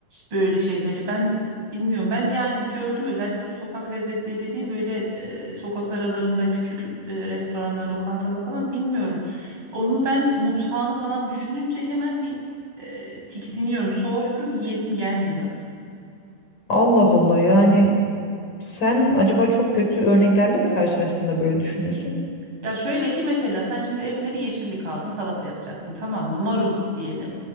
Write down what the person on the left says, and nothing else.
Allah Allah yani sen acaba çok kötü örneklerle mi karşılaştığında böyle düşünüyorsun?